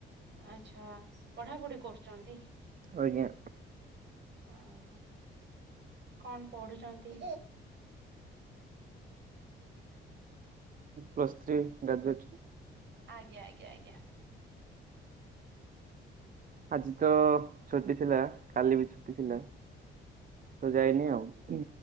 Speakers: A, on the right; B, on the right.
A: ଆଛା ପଢାପଢି କରୁଛନ୍ତି।
B: ଆଞା।
A: ଓ ହୋ କଣ ପଢୁଛନ୍ତି?
B: Plus three graduate.
A: ଆଜ୍ଞା ଆଜ୍ଞା ଆଜ୍ଞା।
B: ଆଜି ତ ଛୁଟି ଥିଲା କାଲି ବି ଛୁଟି ଥିଲା। ତ ଯାଇନି ଆଉ।